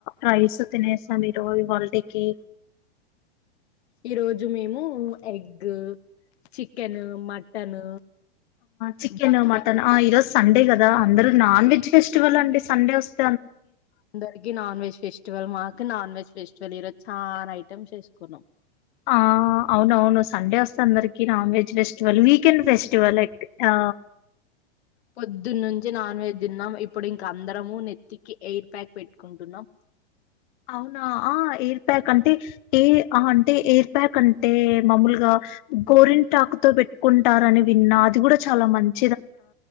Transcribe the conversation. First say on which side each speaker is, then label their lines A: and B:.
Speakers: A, on the left (about 50°); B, on the left (about 80°).
A: రైస్ తినేసాం ఈరోజు ఈ హాలిడేకి
B: ఈ రోజు మేము egg chicken mutton
A: chicken
B: bagara
A: mutton ఆ ఈరోజు సండే కదా అందరుూ నాన్ వెజ్ ఫెస్టివల్ అండి సండే‌వస్తే
B: అందరికీ నాన్ వెజ్ ఫెస్టివల్ మా ఇ నాన్ వెజ్ ఫెస్టివల్ ఈరోజు చాలా ఐటమ్స్ వేసుకున్నాం
A: ఆ అవునవును సండే వస్త అందరికి non veg festival weekend festival ఆ
B: పొద్దున్న నుంచి నాన్ వెజ్ తిన్నాం ఇప్పుడు ఇంక అందరము నెత్తికి ఎయిర్ ప్యాక్ పెట్టుకుంటున్నాం
A: అవునా ఆ ఎయిర్ ప్యాక్ అంటే ఏ అంటే ఎయిర్ ప్యాక్ అంటే మామూలుగా గోరిన్ టాక్ తో పెట్టుకుంటారని విన్నా అది కూడా చాలా మంచి